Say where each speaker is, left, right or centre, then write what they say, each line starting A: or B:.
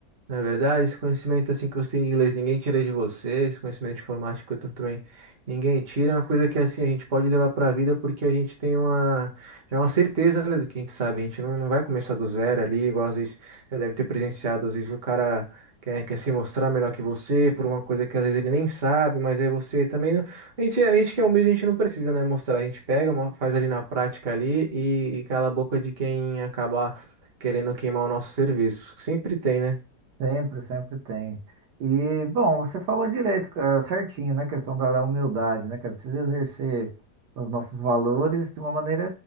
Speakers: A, on the right (about 40°); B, on the right (about 75°).
A: Não é verdade? Esse conhecimento assim que você tem de inglês, ninguém tira de você. Esse conhecimento de informática que eu tenho também, ninguém tira. É uma coisa que assim a gente pode levar para a vida porque a gente tem uma já é uma certeza, né, do que a gente sabe. A gente não, não vai começar do zero ali, igual às vezes já deve ter presenciado, às vezes o cara quer, quer se mostrar melhor que você por uma coisa que às vezes ele nem sabe, mas aí você também não. A gente, a gente que é humilde, a gente não precisa, né, mostrar. A gente pega, mo- faz ali na prática ali e, e cala a boca de quem acabar querendo queimar o nosso serviço. Sempre tem, né?
B: Sempre, sempre tem. E, bom, você falou direito, eh, certinho, né? Questão da da humildade, né, cara? Precisa exercer os nossos valores de uma maneira,